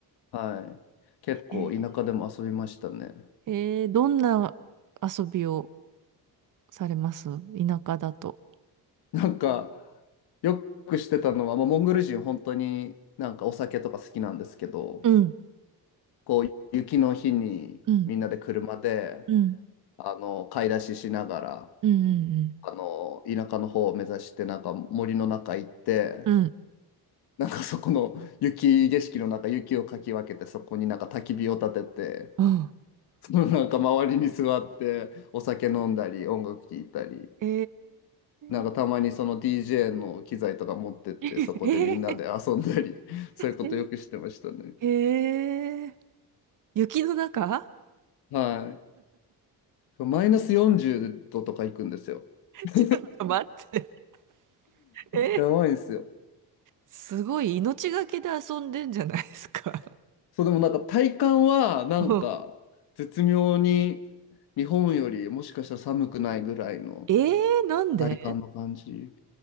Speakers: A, on the left (about 75°); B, on the right (about 50°).
A: はい。結構田舎でも遊びましたね。
B: えーどんな遊びをされます田舎だと。
A: <laughs> なんか、よくしてたのは、まあ、モンゴル人本当になんかお酒とか好きなんですけど、
B: うん。
A: こう雪の日にみんなで車で、
B: うん。うん。
A: あの、買い出ししながら、
B: うん。
A: あの、田舎の方を目指して、なんか森の中行って、
B: うん。うん。
A: なんかそこの雪景色の中、雪をかき分けて、そこになんか焚き火を立てて、
B: <laughs> うん。
A: そのなんか周りに座って、お酒飲んだり、音楽聴いたり。
B: <laughs> え
A: なんかたまにその
B: ー、
A: DJ の機材とか持ってって、
B: <laughs> えー、
A: そこでみんなで遊んだり、<laughs> そういうことよくしてましたね。
B: えー、えー雪の中
A: はい。マイナス40度とか行くんですよ。<laughs>
B: ちょっと待って。<laughs> え、
A: やばいんですよ。
B: すごい命がけで遊んでんじゃないですか。
A: そう、でもなんか体感はなんか絶妙に日本よりもしかしたら寒くないぐらいの
B: うん。えー、なんで
A: 体感の感じ。